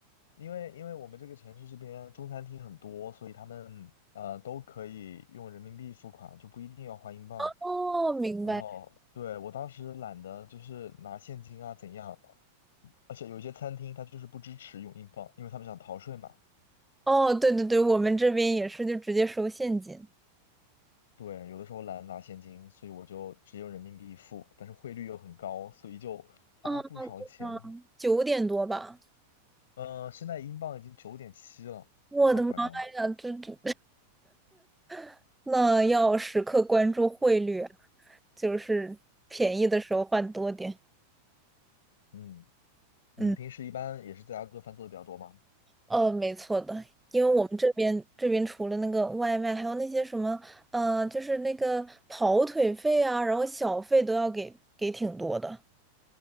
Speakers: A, on the left (about 60°); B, in the centre.
A: 因为因为我们这个城市这边中餐厅很多，所以他们呃都可以用人民币付款，就不一定要花英镑。
B: 哦，明白。
A: 然后对我当时懒得就是拿现金啊怎样，而且有一些餐厅它就是不支持用英镑，因为他们想逃税嘛。
B: 哦，对对对，我们这边也是，就直接收现金。
A: 对，有的时候懒得拿现金，所以我就只有人民币付，但是汇率又很高，所以就花不少钱。
B: 嗯嗯，九点多吧。
A: 呃，现在英镑已经九点七了，
B: 我的妈呀，
A: 太夸张了。
B: 这这 <laughs> 那要时刻关注汇率啊就是便宜的时候换多点。
A: 嗯，你们平时一般也是在家做饭做的比较多吗？
B: 嗯。呃，没错的，因为我们这边这边除了那个外卖，还有那些什么，呃，就是那个跑腿费啊，然后小费都要给给挺多的。